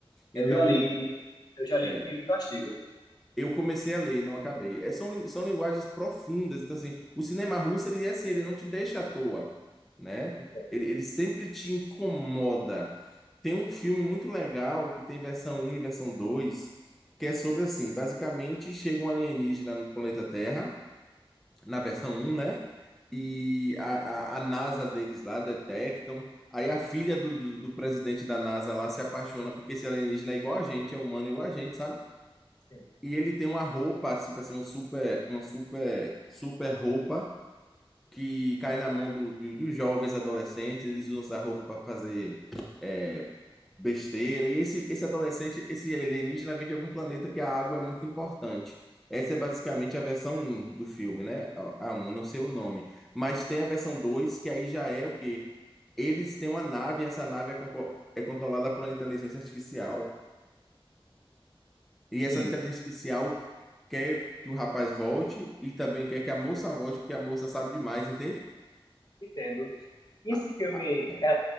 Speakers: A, in the centre; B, on the left.
A: Então,
B: Eu já li, eu já li
A: é,
B: Crime e Castigo.
A: eu comecei a ler, não acabei. É, são, lin- são linguagens profundas. Então, assim, o cinema russo, ele é assim, ele não te deixa à toa, né?
B: Entendo,
A: Ele, ele sempre te incomoda. Tem um filme muito legal que tem versão um e versão 2, que é sobre, assim, basicamente chega um alienígena no planeta Terra, na versão um, né? E a, a, a NASA deles lá detectam. Aí a filha do, do, do presidente da NASA lá se apaixona porque esse alienígena é igual a gente, é humano igual a gente, sabe?
B: sim.
A: E ele tem uma roupa, tipo assim, um super, uma super, super roupa que cai na mão do, de, de jovens adolescentes. Eles usam essa roupa para fazer é, besteira. E esse, esse adolescente, esse alienígena vem de algum planeta que a água é muito importante. Essa é basicamente a versão 1 do filme, né? A a 1, não sei o nome. Mas tem a versão 2 que aí já é o quê? Eles têm uma nave, e essa nave é, conco- é controlada por uma inteligência artificial. E
B: Sim,
A: essa inteligência artificial quer que o rapaz volte e também quer que a moça volte, porque a moça sabe demais, entende?
B: entendo. E
A: Ah,
B: esse filme
A: ah. É.
B: é,